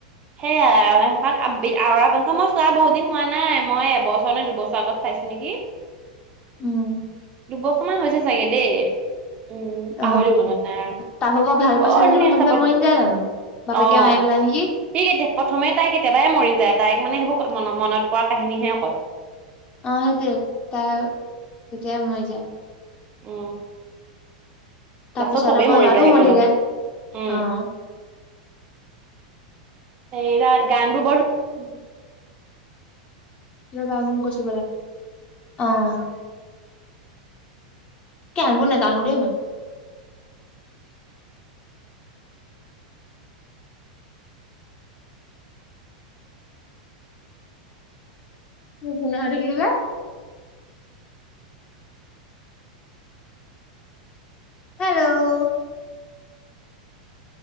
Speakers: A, on the right; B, on the left.
A: সেয়াৰা অপ আৰা পইচা মই চোৱা বহুত দিন হোৱা নাই মই এবছৰ নে দুবছৰ আগত চাইছোঁ নেকি।
B: উম।
A: দুবছৰমান হৈছে চাগে দেই। উম,
B: অ',
A: পাহৰি মনত নাই আৰু
B: তাহুকৰ ভাল পোৱা
A: বৰ
B: ছোৱালীজনী
A: ধুনীয়া
B: প্ৰথমতে
A: চাবলে।
B: মৰি নাযায় জানো? বাপেকে
A: অ',
B: মাৰি পেলাই নেকি?
A: এ এতিয়া প্ৰথমে তাই কেতিয়াবাই মৰি যায়, তাইক মানে সেইবোৰ ক' মন-মনত পৰা কাহিনীহে অকল।
B: অ', সেইটোৱে তাই তেতিয়াই মৰি যায়।
A: উম।
B: তাৰপিছত
A: লাষ্টত চবেই
B: আকৌ
A: মৰি
B: ল'ৰাটোও
A: যায় সেইখনত,
B: থাকে।
A: উম।
B: অ',
A: এইটা গানবোৰ বৰ
B: <inaudible> <unintelligible> গচিবলে অ'। কে আগু নেকান্দুদে মই। <unintelligible> হেল্লো'